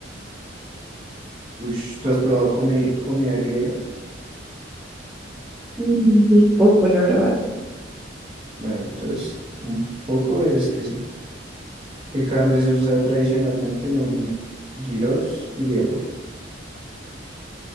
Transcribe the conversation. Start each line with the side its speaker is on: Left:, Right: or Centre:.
Right: ush, ¿tú has probado comi- comida griega?
Centre: Mm, Muy poco, la verdad.
Right: Bueno, entonces, un poco es que sí. ¿Qué carne se usa tradicionalmente en un gyros griego?